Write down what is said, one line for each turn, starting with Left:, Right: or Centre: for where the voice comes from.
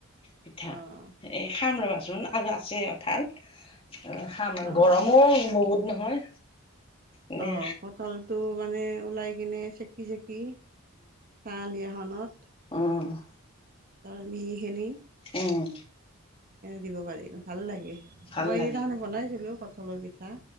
Left: পিঠা,
Right: অ',
Left: এই খাম ৰবাচোন আৰু আছে কঠাল। অ', খাম,
Right: অ',
Left: গৰমো বহুত নহয় এনে
Right: অ', কঠালটো মানে ওলাই কিনে চেকি চেকি কাহলি এখনত
Left: অ'।
Right: তাৰ মিহিখিনি
Left: উম।
Right: দিব পাৰিব, ভাল লাগে
Left: ভাল
Right: মই
Left: লাগে
Right: এদিনাখনি বনাইছিলো কঁঠালৰ পিঠা।